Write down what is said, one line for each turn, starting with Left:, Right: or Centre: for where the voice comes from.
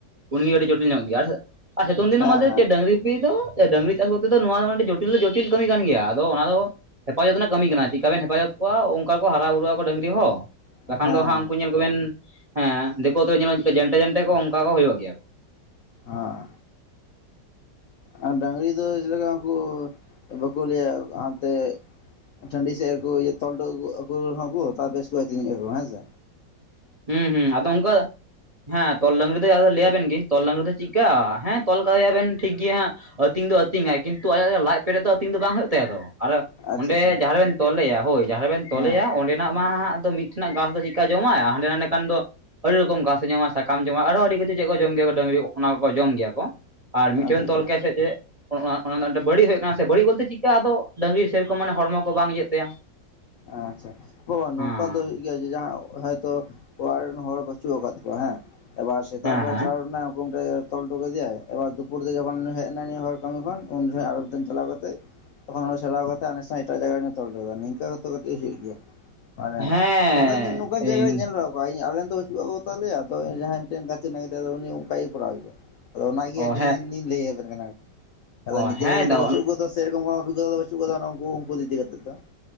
Right: ᱩᱱᱜᱤ ᱟᱹᱰᱤ ᱡᱚᱴᱤᱞ ᱧᱚᱜ ᱜᱮᱭᱟ ᱟᱥᱮ ᱥᱤᱛᱩᱝ ᱫᱤᱱ
Left: ᱦᱮᱸ ᱦᱮᱸ
Right: ᱢᱟᱞᱮ ᱨᱤᱯᱤ ᱫᱚ ᱮ ᱰᱟᱹᱝᱨᱤ ᱪᱟᱥ ᱠᱚᱛᱮ ᱫᱚ ᱱᱚᱣᱟ ᱫᱚ ᱟᱹᱰᱤ ᱡᱚᱴᱤᱞ ᱫᱚ ᱡᱚᱴᱤᱞ ᱠᱟᱹᱢᱤ ᱠᱟᱱ ᱜᱮᱭᱟ, ᱟᱫᱚ ᱚᱱᱟ ᱫᱚ ᱦᱮᱯᱟᱡᱚᱛ ᱨᱮᱱᱟᱜ ᱠᱟᱹᱢᱤ ᱠᱟᱱᱟ ᱪᱤᱜᱠᱟ ᱵᱮᱱ ᱦᱮᱯᱟᱡᱚᱛ ᱠᱚᱣᱟ ᱚᱱᱠᱟ ᱠᱚ ᱦᱟᱨᱟ ᱵᱩᱨᱩᱜ ᱟᱠᱚ ᱰᱟᱝᱨᱤ ᱦᱚᱸ
Left: ᱦᱮᱸ
Right: ᱵᱟᱠᱷᱟᱱ ᱫᱚ ᱦᱟᱸᱜ
Left: ᱦᱮᱸ
Right: ᱩᱱᱠᱩ ᱧᱮᱞ ᱠᱚᱵᱮᱱ ᱦᱮᱸ ᱫᱤᱠᱳ ᱛᱚ ᱧᱮᱞᱵᱮᱱ ᱪᱮᱜᱠᱟ ᱡᱮᱱᱴᱮ ᱡᱮᱱᱴᱮ ᱠᱚ ᱚᱱᱠᱟ ᱠᱚ ᱦᱩᱭᱩᱜ ᱜᱮᱭᱟ᱾
Left: ᱦᱮᱸ, ᱟᱨ ᱰᱟᱝᱨᱤ ᱤᱭᱟᱹ ᱪᱮᱫ ᱞᱮᱠᱟ ᱩᱱᱠᱩ ᱵᱟᱠᱚ ᱞᱟᱹᱭᱟ ᱦᱟᱱᱛᱮ ᱴᱟᱺᱰᱤ ᱥᱮᱫ ᱨᱮᱠᱩ ᱛᱚᱞᱴᱚ ᱠᱟᱠᱩ ᱨᱮᱦᱚᱸ ᱠᱚ ᱛᱟᱯᱮᱥ ᱠᱚ ᱟᱹᱛᱤᱧᱟ ᱠᱚ ᱦᱮᱸᱥᱮ
Right: ᱦᱩᱸ ᱦᱩᱸ ᱟᱫᱚ ᱚᱱᱠᱟ ᱫᱚ ᱦᱮᱸ ᱛᱚᱞ ᱰᱟᱝᱨᱤ ᱫᱚ ᱟᱫᱚ ᱞᱟᱹᱭ ᱟᱵᱮᱱ ᱜᱤᱧ ᱛᱚᱞ ᱰᱟᱝᱨᱤ ᱫᱚ ᱪᱮᱫᱠᱟ ᱦᱮᱸ ᱛᱚᱞ ᱠᱟᱭᱟᱵᱮᱱ ᱴᱷᱤᱠ ᱜᱮᱭᱟ ᱦᱟᱸᱜ ᱟᱛᱤᱧ ᱫᱚ ᱟᱛᱤᱧᱟᱭ ᱠᱤᱱᱛᱩ ᱟᱭᱟᱜ ᱞᱟᱡ ᱯᱮᱨᱮᱡ ᱫᱚ ᱟᱹᱛᱤᱧ ᱫᱚ ᱵᱟᱝ ᱦᱩᱭᱩᱜ ᱛᱟᱭᱟ ᱛᱚ ᱟᱨ
Left: ᱟᱪᱪᱷᱟ
Right: ᱚᱸᱰᱮ
Left: ᱟᱪᱪᱷᱟ
Right: ᱡᱟᱸᱦᱟ ᱨᱮᱵᱮᱱ ᱛᱚᱞᱮᱭᱟ ᱦᱳᱭ ᱡᱟᱦᱟᱸ ᱨᱮᱵᱮᱱ ᱛᱚᱞᱮᱭᱟ
Left: ᱦᱮᱸ
Right: ᱚᱸᱰᱮᱱᱟᱜ ᱢᱟ ᱦᱟᱸᱜ ᱫᱚ ᱢᱤᱫ ᱴᱷᱮᱱᱟᱜ ᱜᱷᱟᱥ ᱫᱚ ᱪᱮᱫᱠᱟ ᱡᱚᱢᱟᱭ ᱦᱟᱸᱰᱮ ᱱᱟᱰᱮ ᱠᱷᱟᱱ ᱫᱚ ᱟᱰᱤ ᱨᱚᱠᱚᱢ ᱜᱷᱟᱥᱮ ᱡᱚᱢᱟ ᱥᱟᱠᱟᱢ ᱡᱚᱢᱟ ᱟᱨᱦᱚᱸ ᱟᱰᱤ ᱠᱤᱪᱷᱩ ᱪᱮᱫ ᱠᱚ ᱡᱚᱢ ᱜᱮᱭᱟ ᱠᱚ ᱰᱟᱝᱨᱤ ᱚᱱᱟ ᱠᱚᱠᱚ ᱡᱚᱢ ᱜᱮᱭᱟ ᱠᱚ ᱟᱨ
Left: ᱟᱪᱪᱷᱟ
Right: ᱢᱤᱫᱴᱷᱮᱱ ᱵᱮᱱ
Left: ᱟᱪᱪᱷᱟ
Right: ᱛᱚᱞ ᱠᱮᱭᱟ ᱥᱮ ᱪᱮᱫ ᱚᱱᱟ ᱫᱚ ᱵᱟᱹᱲᱤᱡ ᱦᱩᱭᱩᱜ ᱠᱟᱱᱟ ᱥᱮ ᱵᱟᱹᱲᱤᱡ ᱵᱚᱞᱛᱮ ᱪᱤᱜᱠᱟ ᱟᱫᱚ ᱰᱟᱹᱝᱨᱤ ᱥᱮᱨᱚᱠᱚᱢ ᱢᱟᱱᱮ ᱦᱚᱲᱢᱚ ᱠᱚ ᱵᱟᱝ ᱤᱭᱟᱹᱜ ᱛᱟᱭᱟ
Left: ᱟᱪᱪᱷᱟ ᱵᱟ ᱱᱚᱝᱠᱟ
Right: ᱦᱮᱸ
Left: ᱫᱚ ᱦᱳᱭᱳᱜ ᱜᱮᱭᱟ ᱡᱮ ᱡᱟᱦᱟᱸ ᱦᱚᱭᱛᱚ ᱚᱲᱟᱜ ᱨᱮᱱ ᱦᱚᱲ ᱵᱟᱪᱩᱜ ᱟᱠᱟᱫ ᱠᱚᱣᱟ ᱦᱮᱸ ᱮᱵᱟᱨ ᱥᱮᱛᱟᱜ
Right: ᱦᱮᱸ
Left: ᱵᱮᱲᱟ
Right: ᱦᱮᱸ
Left: ᱪᱷᱟᱲᱟᱣ ᱨᱮᱱᱟᱜ ᱦᱩᱠᱩᱢ ᱛᱮ ᱛᱚᱞ ᱴᱩ ᱠᱟᱫᱮᱭᱟᱭ ᱮᱵᱟᱨ ᱫᱩᱯᱩᱨ ᱫᱤᱠᱮ ᱵᱮᱱ ᱦᱮᱡ ᱮᱱᱟ ᱱᱮ ᱦᱚᱲ ᱠᱟᱹᱢᱤ ᱠᱷᱚᱱ ᱩᱱ ᱥᱚᱢᱚᱭ ᱟᱨᱚ ᱫᱤᱱ ᱪᱟᱞᱟᱣ ᱠᱟᱛᱮ ᱛᱚᱠᱷᱚᱱ ᱚᱱᱟ ᱥᱚᱨᱟᱣ ᱠᱟᱛᱮ ᱱᱟᱥᱮ ᱱᱟᱜ ᱮᱴᱟᱜ ᱡᱟᱭᱜᱟ ᱨᱮᱵᱤᱱ ᱛᱚᱞ ᱠᱮᱫᱮᱭᱟ ᱱᱤᱝᱠᱟᱹ ᱠᱟᱛᱮ ᱠᱟᱹᱴᱤᱡ ᱦᱩᱭᱩᱜ ᱜᱮᱭᱟ ᱢᱟᱱᱮ
Right: ᱦᱮᱸ ᱦᱮᱸ
Left: ᱱᱚᱝᱠᱟᱱ ᱱᱚᱝᱠᱟᱱ ᱡᱟᱭᱜᱟ ᱨᱮ
Right: ᱦᱮᱸ
Left: ᱧᱮᱞ ᱵᱟᱲᱟᱣ ᱟᱞᱮ ᱨᱮᱱ ᱫᱚ ᱵᱟᱪᱩᱜ ᱠᱟᱜ ᱠᱚᱛᱟ ᱞᱮᱭᱟ ᱛᱚ ᱡᱟᱸᱦᱟᱸᱭ ᱢᱤᱫᱴᱮᱱ ᱜᱟᱛᱮ ᱢᱮᱱᱟᱭ ᱛᱟᱭᱫᱚ ᱩᱱᱤ ᱚᱱᱠᱟᱭ ᱠᱚᱨᱟᱣ ᱜᱮᱭᱟ ᱟᱫᱚ ᱚᱱᱟᱜᱮ
Right: ᱚ
Left: ᱟᱹᱰᱤ
Right: ᱦᱮᱸ
Left: ᱞᱤᱧ ᱞᱟᱹᱭ ᱟᱵᱮᱱ ᱠᱟᱱᱟ ᱟᱫᱚ
Right: ᱚ
Left: ᱱᱤᱡᱮᱨ
Right: ᱦᱮᱸ
Left: ᱦᱚᱸᱛᱚ
Right: ᱫᱚ
Left: ᱵᱟᱹᱪᱩᱜ ᱜᱚᱫᱟ ᱥᱮ ᱥᱮᱨᱚᱠᱚᱢ ᱠᱚᱱᱚ ᱚᱵᱤᱜᱜᱚᱛᱟ ᱫᱚ ᱵᱟᱪᱩᱜ ᱠᱟᱫᱟ ᱩᱱᱠᱩ ᱩᱱᱠᱩ ᱤᱫᱤ ᱠᱟᱛᱮᱫ ᱫᱚ